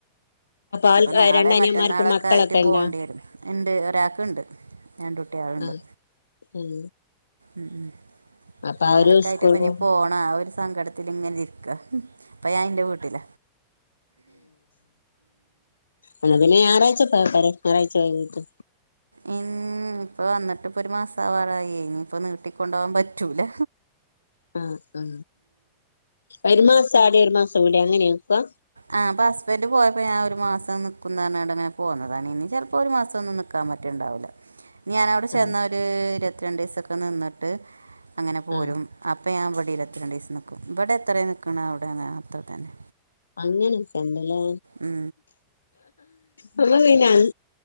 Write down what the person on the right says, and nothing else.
അപ്പൊ നാളെ
മറ്റന്നാള
ഒക്കെ ആയിട്ട് പോകേണ്ടി
വരും ഉണ്ട് ഒരാൾക്കുണ്ട് രണ്ട് കുട്ടികൾ ഉണ്ട്
ഉം
നാളക്കെ
ആയിട്ട്
ഇപ്പ ഇനി
പോണം ആ ഒരു സങ്കടത്തി ഇങ്ങനെ ഇരിക്ക ഇപ്പം ഞാൻ എൻ്റെ വീട്ടില
ഉം ഇപ്പൊ വന്നിട്ട് ഇപ്പൊ ഒരു മാസം ആവാറായി ഇനി ഇപ്പ നീട്ടി കൊണ്ട പോകാൻ പറ്റൂല
ആ അപ്പൊ ഹസ്ബന്റ് പോയപ്പോ ഞാൻ ഒരു മാസം നില്കുന്നെ പറഞ്ഞു കൊണ്ട് പോന്നതാണ് ഇനി ചിലപ്പോൾ ഒരു മാസമൊന്നും നില്കാൻ പറ്റലുണ്ടാവില്ല ഇനി ഞാൻഅ വിടെ ചെന്ന
ഒരു ഇരുപത്തിരണ്ട് ദിവസൊക്കെ നിന്നിട്ട് അങ്ങനെ പോരും
അപ്പോം ഞൻ ഇവിടെയും ഇരുപത്തിരണ്ട് ദിവസം നില്കുംഇവിടെ എത്ര നില്കുന്നെ അവിടെയും അത്രതന്നെ
ഉം